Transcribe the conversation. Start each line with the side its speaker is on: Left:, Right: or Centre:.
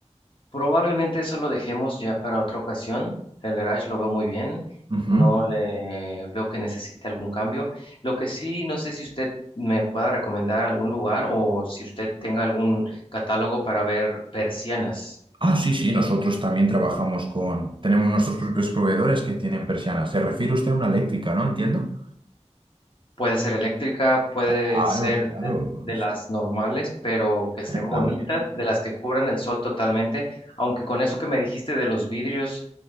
Left: Probablemente eso lo dejemos ya para otra ocasión. El garage lo veo muy bien.
Right: Ujú.
Left: No le veo que necesite algún cambio. Lo que sí, no sé si usted me pueda recomendar algún lugar o si usted tenga algún catálogo para ver persianas.
Right: Ah, sí, sí, nosotros también trabajamos con, tenemos nuestros propios proveedores que tienen persianas. Se refiere usted a una eléctrica, ¿no? Entiendo.
Left: Puede ser eléctrica, puede
Right: Claro,
Left: ser
Right: claro.
Left: de, de las normales, pero que estén
Right: También.
Left: bonitas, de las que cubran el sol totalmente. Aunque con eso que me dijiste de los vidrios,